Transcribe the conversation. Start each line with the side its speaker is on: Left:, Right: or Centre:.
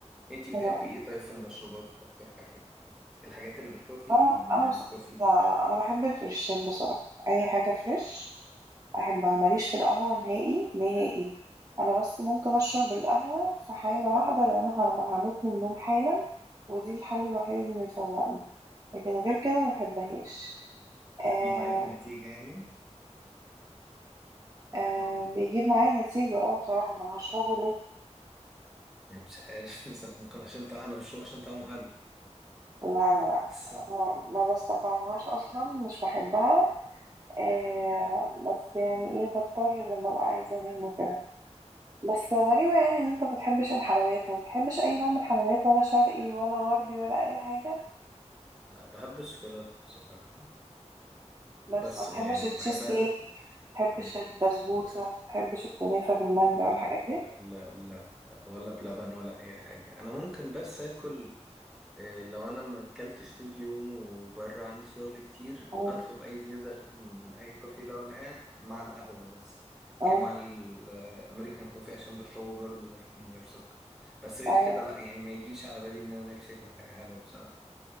Centre: انتي
Right: اه
Centre: بتحبي ايه طيب في المشروبات اكتر حاجة الحاجات اللي بالكوفي
Right: اه
Centre: ولا من
Right: انا
Centre: غير
Right: بص...
Centre: الكوفي
Right: لا انا بحب الفريشين بصراحه اي حاجه فريش احبها ماليش في القهوه نهائي نهائي انا بس ممكن اشرب القهوه في حاله واحده لو انا هم- هموت من النوم حالا ودي الحل الوحيد اللي بيفوقني لكن غير كده ما بحبهاش آه،
Centre: تجيب معاكي نتيجة يعني
Right: آه بيجيب معايا نتيجة اه بصراحة ما أنا هشربه ليه
Centre: يعني مش عارف <laughs> بس ممكن عشان طعم انا بشربه عشان طعمه حلو
Right: لا لا لا
Centre: بس
Right: ما ما بستطعمهاش اصلا مش بحبها آه بس يعني ايه بضطر لما ابقى عايزة انام وكده بس غريبة يعني ان انت ما بتحبش الحلويات ما بتحبش اي نوع من الحلويات ولا شرقي ولا غربي ولا اي حاجة
Centre: أنا بحب الشوكولاتة بصراحة
Right: بس
Centre: بس
Right: ما بتحبش
Centre: يعني وبحبها
Right: التشيز كيك ما بتحبش
Centre: تكون
Right: البسبوسة
Centre: تكون غير
Right: ما بتحبش الكنافة بالمانجا
Centre: لا
Right: والحاجات
Centre: لا
Right: دي
Centre: لا لا ولا بلبن ولا اي حاجة انا ممكن بس اكل إيه، لو انا ما اكلتش طول اليوم وبره عندي شغل كتير
Right: اه
Centre: اطلب اي ديزرت من اي كوفي لو انا قاعد مع القهوه بس
Right: اه
Centre: يعني مع الامريكان كوفي عشان بشربه برضه دارك من غير سكر بس غير
Right: ايوه
Centre: كده لا يعني ما يجيش على بالي ان انا نفسي اكل حاجه حلوه بصراحه